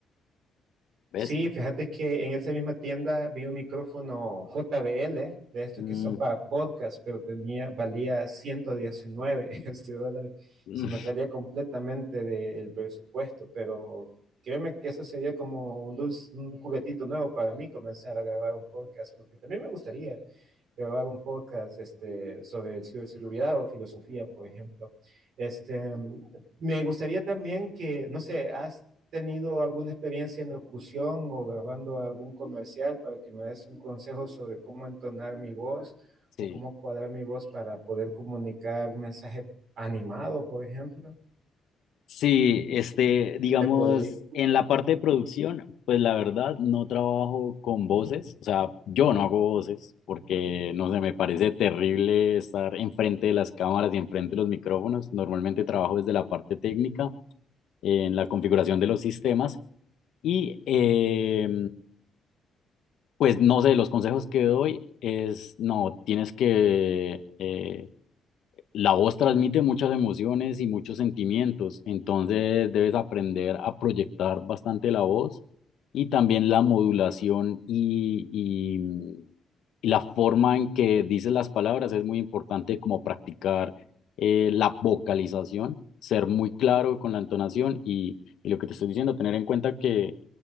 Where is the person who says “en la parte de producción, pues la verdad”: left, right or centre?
Left